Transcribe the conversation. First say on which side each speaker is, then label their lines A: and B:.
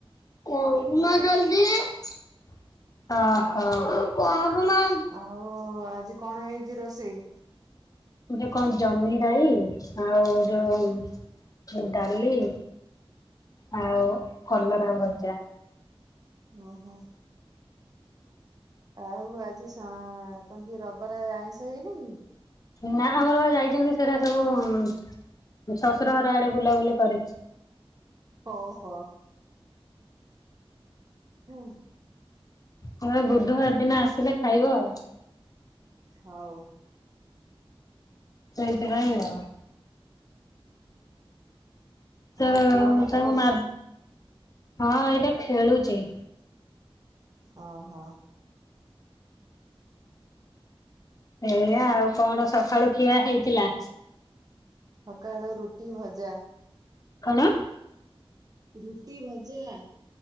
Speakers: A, on the left; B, on the right.
A: ଅହ।
B: ଆଉ ଆଜି କଣ ହେଇଚି ରୋଷେଇ?
A: ଗୋଟେ କଁ ଜହ୍ନି ରାଇ ଆଉ ଯୋଉ ଡାଲି। ଆଉ କଲରା ଭଜା।
B: ଓହୋ। ଆଉ ଆଜି ସଁ କନ୍ତି ରବାରେ ଆଇଁଷ ହେଇନେଇ?
A: ନାଁ ଆମର ବା ଯାଇଛନ୍ତି ସେରା ସବୁ ଉଁ ମୋ ଶଶୁର ଘର ଆଡେ ବୁଲାବୁଲି କରି।
B: ହୋ ହୋ ହୁଁ।
A: କଲେ ବୁଧବାର ଦିନ ଆସିଲେ ଖାଇବ ଆଉ।
B: ହଉ।
A: ସେଇଥିପାଇଁ ଅଆ ତ
B: ଆଉ ପୁଅ ପାଠ
A: ତାଙ୍କ
B: ପଢୁଛି
A: ମା ହଁ ଏଇଟା ଖେଳୁଚି।
B: ଅହ।
A: ଏଇଆ ଆଉ କଣ ସଖାଳୁ ଖିଆ ହେଇଥିଲା?
B: ସକାଳୁ ରୁଟି ଭଜା।
A: କଣ?
B: ରୁଟି ଭଜା।